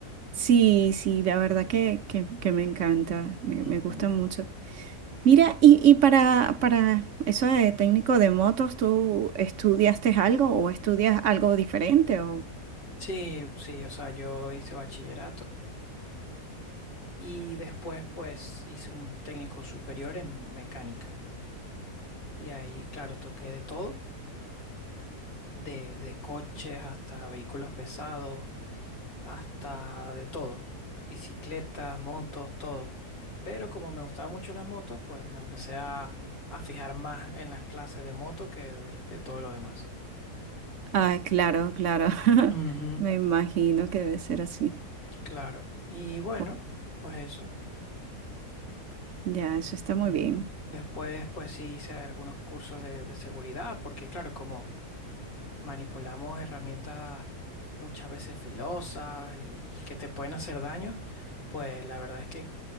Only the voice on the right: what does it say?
sí, sí, la verdad que, que- que me encanta, me,
me gusta mucho. Mira, y, y para, para eso de técnico de motos, ¿tú estudiaste algo o estudias algo diferente? O...
Ay, claro, claro. <laughs>
Me imagino que debe ser así.
Pues,
ya, eso está muy
bien.